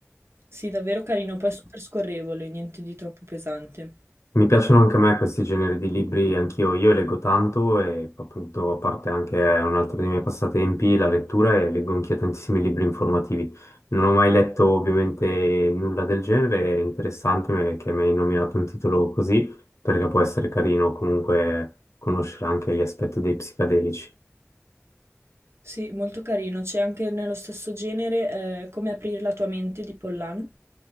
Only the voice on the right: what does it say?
sì, davvero carino, poi è super scorrevole, niente di troppo pesante.
Sì, molto carino, c'è anche nello stesso genere eh, Come aprire la tua mente di Pollan.